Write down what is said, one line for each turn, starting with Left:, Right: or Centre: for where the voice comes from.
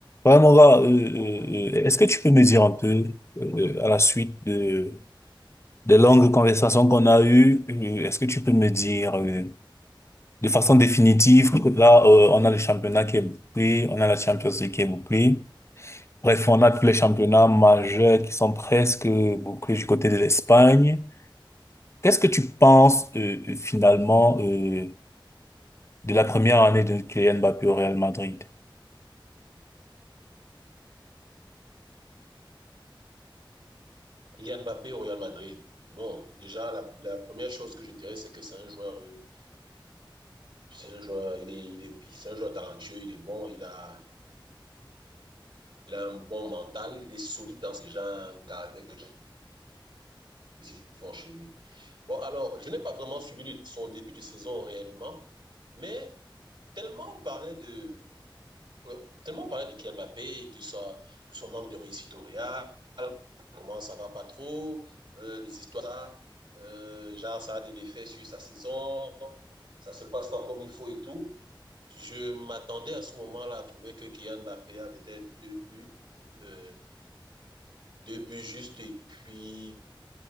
Left: Ouais, mon gars, euh, euh, euh, est-ce que tu peux me dire un peu, euh, à la suite de, des longues conversations qu'on a eues, euh, est-ce que tu peux me dire, euh, de façon définitive, que là, euh, on a le championnat qui est bouclé, on a la Champions League qui est bouclée. Bref, on a tous les championnats majeurs qui sont presque bouclés du côté de l'Espagne. Qu'est-ce que tu penses, euh, euh, finalement, euh, de la première année de Kylian Mbappé au Real Madrid?
Right: Kylian Mbappé au Real Madrid. Bon, déjà, la, la première chose que je dirais, c'est que c'est un joueur, euh, c'est un joueur, il est, il est, c'est un joueur talentueux, il est bon, il a, il a un bon mental, il est solide dans ses gens, un caractère que j'apprécie fort chez lui. Bon, alors, je n'ai pas vraiment suivi le, son début de saison réellement, mais tellement on parlait de, Ouais, Tellement parler de Kylian Mbappé, de sa, de son manque de réussite au Real, comment ça va pas trop, euh, les histoires, ça, euh, genre ça a des effets sur sa saison, ça se passe pas comme il faut et tout. Je m'attendais à ce moment-là à trouver que Kylian Mbappé avait peut-être deux buts, euh, deux buts justes et puis